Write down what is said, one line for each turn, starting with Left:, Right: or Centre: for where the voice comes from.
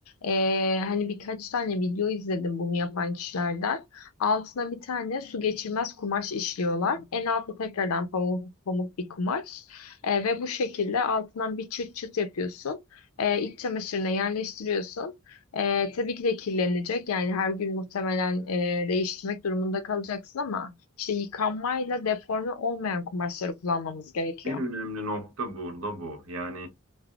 Left: Ee, hani birkaç tane video izledim bunu yapan kişilerden. Altına bir tane su geçirmez kumaş işliyorlar. En altta tekrardan pamuk, pamuk bir kumaş. Ee, ve bu şekilde altından bir çıt çıt yapıyorsun. Ee, iç çamaşırına yerleştiriyorsun. Ee, tabii ki de kirlenecek. Yani her gün muhtemelen e, değiştirmek durumunda kalacaksın ama işte yıkanmayla deforme olmayan kumaşları kullanmamız gerekiyor.
Right: En önemli nokta burada bu. Yani